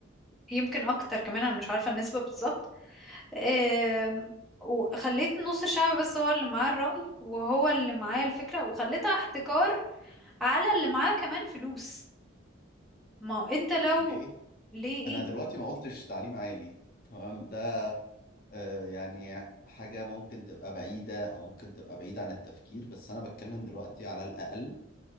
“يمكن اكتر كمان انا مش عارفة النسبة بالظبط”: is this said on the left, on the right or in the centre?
Centre